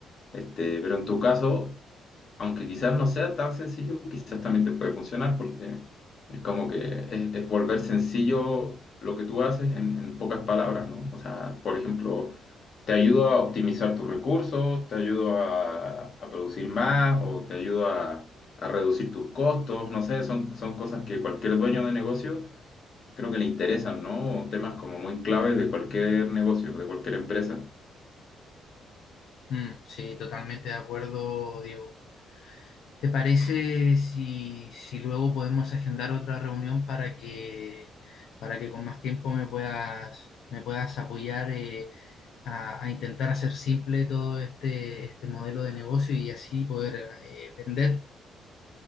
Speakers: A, on the left; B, on the left.
A: Este, pero en tu caso, aunque quizás no sea tan sencillo, quizás también te puede funcionar porque es como que es, es volver sencillo lo que tú haces en, en pocas palabras, ¿no? O sea, por ejemplo, te ayudo a optimizar tus recursos, te ayudo a, a producir más o te ayudo a... a reducir tus costos, no sé, son, son cosas que cualquier dueño de negocio creo que le interesan, ¿no? Temas como muy claves de cualquier negocio, de cualquier empresa.
B: Mm, sí, totalmente de acuerdo, Diego. ¿Te parece si, si luego podemos agendar otra reunión para que, para que con más tiempo me puedas, me puedas apoyar eh, a, a intentar hacer simple todo este, este modelo de negocio y así poder eh, vender?